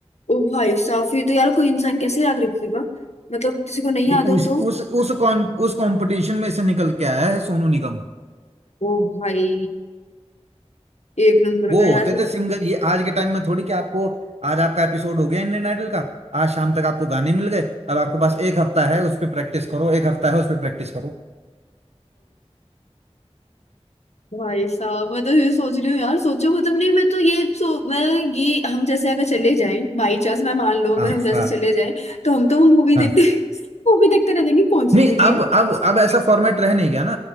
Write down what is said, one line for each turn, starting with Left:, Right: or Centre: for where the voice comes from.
Left: ओ भाई साहब ये तो यार कोई इंसान कैसे याद रखेगा मतलब किसी को नहीं
Right: कि
Left: याद हो
Right: उस
Left: तो
Right: उस उस कॉन उस कंपटीशन में से निकल के आया है सोनू निगम
Left: ओ भाई एक नंबर
Right: वो
Left: का यार
Right: होते थे सिंगर ये आज के टाइम में थोड़ी कि आपको आज आपका एपिसोड हो गया इंडियन आइडल का आज शाम तक आपको गाने मिल गए अब आपके पास एक हफ्ता है उस पर प्रैक्टिस करो एक हफ्ता है उस पर प्रैक्टिस करो
Left: भाई साहब मैं तो ये सोच रही हूँ यार सोचो मतलब नहीं मैं तो ये सो मैं ये हम जैसे अगर चले जाएं बाई चांस मैं मान लो अगर
Right: हाँ
Left: हम जैसे
Right: हाँ
Left: चले जाएं तो हम तो मूवी
Right: हाँ
Left: देखते <laughs> मूवी देखते रह जाएंगे कौन सी
Right: नहीं
Left: मूवी
Right: अब
Left: है
Right: अब अब ऐसा फॉर्मेट रह नहीं गया ना